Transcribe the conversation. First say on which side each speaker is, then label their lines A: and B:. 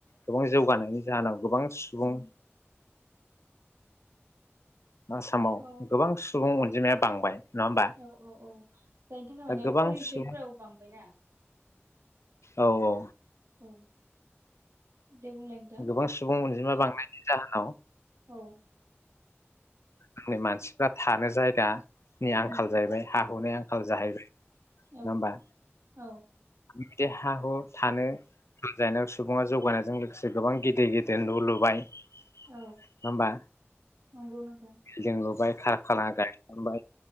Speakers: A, on the left; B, on the right.
A: गोबां जौगानायनि जाहोनाव गोबां सुबुं। आसामाव
B: औ
A: गोबां सुबुं अन जिमाया बांबाय। नङा होमबा
B: औ औ औ जायनि थाखाय
A: दा
B: माने
A: गोबां
B: पलिउसनफोराबो
A: सुबुं
B: बांबायना।
A: औ औ।
B: औ। दे बुंलाय नोंथां
A: गोबां सुबुं अनजिमा। बांनायनि जाहोनाव।
B: औ।
A: जोंनि मानसिफ्रा थानो जायगा। नि आंखाल
B: उम
A: जाहैबाय हा। हुनि आंखाल जाहैबाय।
B: औ
A: नङा होमबा
B: औ।
A: बिदि हा हु थानो <inaudible> सुबुङा जौगानायजों लोगोसे गोबां गिदिर गेदेर न' लुबाय नङा
B: औ
A: होमबा।
B: नंगौ नोंथां।
A: बिल्डिं लुबाय खारखाना गायसनबाय